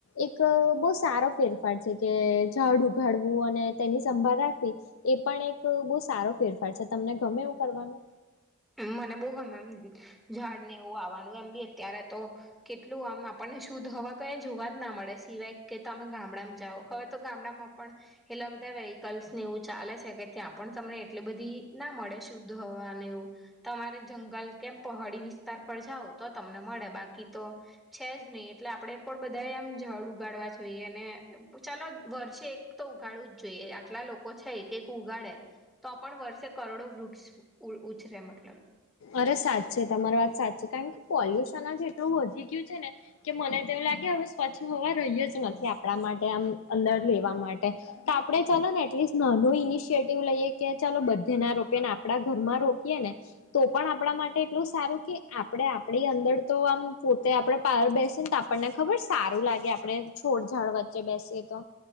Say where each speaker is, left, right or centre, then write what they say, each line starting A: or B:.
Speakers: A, on the left; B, in the centre.
A: એક બહુ સારો ફેરફાર છે કે જાડ ઉગાડવું અને તેની સંભાળ રાખવી. એ પણ એક બહુ સારો ફેરફાર છે તમને ગમે એવું કરવાનો.
B: મને બહુ ગમે એમ ઝાડ ને એવું વાવવાનું એમ બી અત્યારે તો કેટલું આમ આપણને શુદ્ધ હવા કયે જોવા જ ના મળે સિવાય કે તમે ગામડામાં જાઓ હવે તો ગામડામાં પણ એટલા બધા વેહિકલ્સ ને એવું ચાલે છે કે ત્યાં પણ તમને એટલી બધી ના મળે શુદ્ધ હોવાને એવું. તમારે જંગલ કેમ પહાડી વિસ્તાર પર જાવ તો તમને મળે બાકી તો છે જ નહી એટલે આપડે પણ બધાએ આમ જાડ ઉગાડવા જોઈએ અને ચાલો વર્ષે એક તો ઉગાડવું જ જોઈએ આટલા લોકો છે એક એક ઉગાડે. તો પણ વર્ષે કરોડો વૃક્ષ ઉછરે મતલબ.
A: અરે સાચે તમારી વાત સાચી છે કારણ કે પોલ્યુશન જ એટલું વધી ગયું છે ને. કે મને તો એવું લાગે હવે સ્વચ્છ હવા રહી જ નથી આપણા માટે આમ અંદર લેવા માટે. તો આપડે ચાલો ને એટલીસ્ટ નાનું ઇનિશિયટિવ લઈએ કે ચાલો બધા ના રોપીએ ને આપ આપડા ઘરમાં રોપીએ ને, તો પણ આપણા માટે એટલું સારું કે આપણે આપણી અંદર તો આમ પોતે આપણે પાર બેસીને તો આ આપણને ખબર સારું લાગે આપણે છોડ ઝાડ વચ્ચે બેસીએ તો,